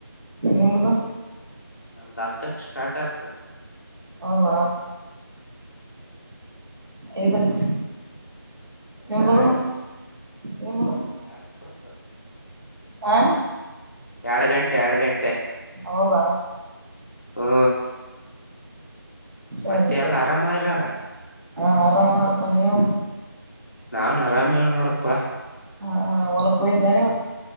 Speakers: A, on the right (about 80°); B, on the left (about 45°).
A: ನಿಮ್ಮದು
B: ನಮ್ದ್ ಹತ್ತಕ್ ಸ್ಟಾರ್ಟ್ ಆಗ್ತದೆ
A: ಹೌದ ಐದಕ್
B: ಹೌದಾನೆ
A: ನಿಂಬುದು ನಿಂಬುದು
B: ನಮ್ದು <inaudible>
A: ಆ
B: ಎರಡು ಗಂಟೆ ಎರಡು ಗಂಟೆ
A: ಹೌದ
B: ಹಾ
A: ಸರಿ
B: ಮತ್ತೆ
A: ಸರಿ
B: ಎಲ್ಲ ಆರಾಮ ಇರಲ್ಲ
A: ಹಾ ಆರಾಮ ನೀವು
B: ನಾವನ್ ಅರಾಮೇವ ನೋಡಪ್ಪ
A: ಹ ಹೊಲಕ್ಕಯ್ದೇನೆ